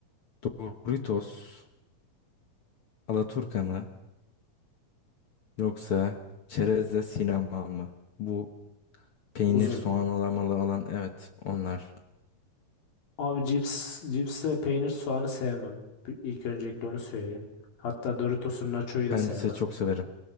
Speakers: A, on the left; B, on the left.
A: Doritos, Alaturka mı yoksa Çerezle sinema mı? Bu Peynir,
B: Uzun.
A: soğan, alamalı olan evet onlar.
B: Abi cips, cipste peynir soğanı sevmem. Bir- İlk öncelikle onu söyleyeyim. Hatta Doritos'un Nacho'yu da
A: Ben
B: sevmem.
A: size çok severim.